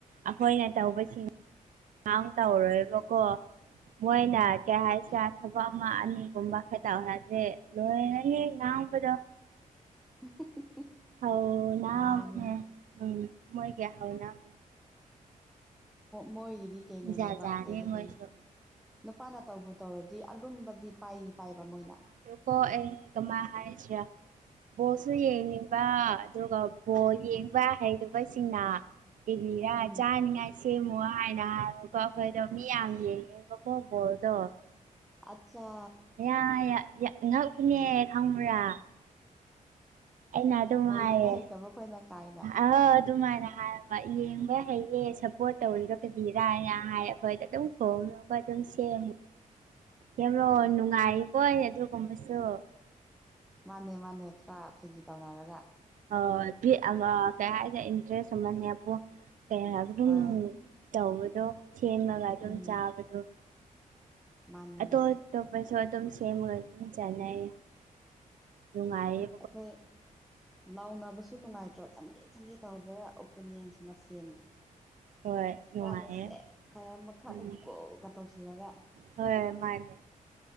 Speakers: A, on the right (about 65°); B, in the centre.
A: ꯑꯩꯈꯣꯏꯅ ꯇꯧꯕꯁꯤꯡ ꯇꯧꯔꯣꯏꯕꯀꯣ ꯃꯣꯏꯅ
B: ꯎꯝ
A: ꯀꯌꯥ ꯍꯥꯏꯁꯦ ꯊꯕꯛ ꯑꯃ ꯑꯅꯤꯒꯨꯝꯕ ꯈꯛꯇꯔꯁꯦ ꯂꯣꯏꯅꯅꯦ ꯉꯥꯡꯕꯗꯣ
B: <unintelligible>
A: ꯍꯥꯎꯅꯥ
B: ꯃꯥꯅꯦ
A: ꯃ ꯎꯝ ꯃꯣꯏꯒꯌꯥ ꯍꯥꯎꯅꯥ
B: ꯃꯣꯏꯒꯤꯗꯤ ꯀꯩꯅꯣꯅꯦꯕ
A: ꯖꯥꯠ ꯖꯥꯠꯅꯤ
B: ꯀꯩ ꯍꯥꯏꯗꯣꯏꯅꯣ
A: ꯃꯣꯏꯁꯨ
B: ꯅꯨꯄꯥꯅ ꯇꯧꯕꯨ ꯇꯧꯔꯗꯤ ꯑꯂꯨꯝꯕꯗꯤ ꯄꯥꯏꯔꯤ ꯄꯥꯏꯕ ꯃꯣꯏꯅ
A: ꯍꯣ ꯑꯩ ꯀꯃꯥꯏ ꯍꯥꯏꯁꯤꯔ ꯕꯣꯜꯁꯨ ꯌꯦꯡꯅꯤꯡꯕ ꯑꯗꯨꯒ ꯕꯣ ꯌꯦꯡꯕ ꯍꯩꯗꯕꯁꯤꯡꯅ ꯏꯕꯤꯔ
B: ꯎꯝ
A: ꯆꯥꯅꯤꯉꯥꯏ ꯁꯦꯝꯃꯨ ꯍꯥꯏꯅ ꯍꯥꯏꯔꯒ ꯑꯩꯈꯣꯏꯗꯣ ꯃꯤ ꯌꯥꯝ ꯌꯦꯡꯉꯦꯕꯀꯣ ꯕꯣꯔꯗꯣ
B: ꯑꯆꯥ
A: ꯌꯥ ꯌꯥ ꯌꯥ ꯉꯛꯎꯅꯦ ꯈꯪꯕꯔꯥ ꯑꯩꯅ ꯑꯗꯨꯝ
B: ꯕꯣꯜ
A: ꯍꯥꯏꯌꯦ
B: ꯌꯦꯡꯕ ꯍꯩꯇꯕ ꯑꯩꯈꯣꯏꯅ ꯀꯥꯏꯅ
A: ꯑ ꯑꯗꯨꯃꯥꯏꯅ ꯍꯥꯏꯑꯣ ꯃ ꯌꯦꯡꯕ ꯍꯩꯌꯦ ꯁꯞꯄꯣꯔꯠ ꯇꯧꯔꯤꯔ ꯀꯔꯤꯔꯥꯏꯅ ꯍꯥꯏ ꯑꯩꯈꯣꯏꯗ ꯑꯗꯨꯝ ꯈꯣꯡ ꯂꯨꯒ ꯑꯗꯨꯝ ꯁꯦꯝꯃꯨ ꯌꯦꯂꯣ ꯅꯨꯡꯉꯥꯏꯀꯣꯏ ꯑꯗꯨꯒꯨꯝꯕꯁꯨ
B: ꯃꯥꯅꯦ ꯃꯥꯅꯦ ꯈꯔ ꯐꯥꯒꯤ ꯇꯧꯅꯔꯒ
A: ꯑꯣ <unintelligible> ꯑꯃ ꯀꯩ ꯍꯥꯏꯗ ꯏꯟꯇꯔꯦꯁ ꯑꯃꯅꯤꯕꯨ ꯀꯌꯥ ꯍꯥꯏꯕ ꯑꯗꯨꯝ
B: ꯍꯣꯏ
A: ꯇꯧꯕꯗꯣ ꯁꯦꯝꯔꯒ ꯑꯗꯨꯝ
B: ꯎꯝ
A: ꯆꯥꯕꯗꯣ
B: ꯃꯥꯅꯦ
A: ꯑꯇꯣꯞ
B: ꯃꯥꯅꯦ
A: ꯑꯇꯣꯞꯄꯁꯨ ꯑꯗꯨꯝ ꯁꯦꯝꯃꯒ ꯑꯗꯨꯝ ꯆꯥꯅꯩ ꯅꯨꯡꯉꯥꯏꯌꯦ
B: ꯑꯩꯈꯣꯏ ꯂꯥꯎꯅꯕꯁ ꯁꯨ ꯅꯨꯡꯉꯥꯏꯇ꯭ꯔꯣ ꯆꯪꯒꯦ ꯆꯪꯒꯦ ꯇꯧꯕ꯭ꯔꯥ ꯑꯣꯄꯅꯦꯟꯁ ꯃꯁꯦꯟ
A: ꯍꯣꯏ ꯅꯨꯡꯉꯥꯏꯌꯦ
B: ꯈꯔꯅ ꯁꯦꯗ ꯈꯔ ꯑꯃ ꯈꯔꯗ
A: ꯎꯝ
B: ꯒꯣꯜꯒ ꯇꯧꯁꯤꯜꯂꯒ
A: ꯍꯣꯏ ꯃꯥꯅꯦ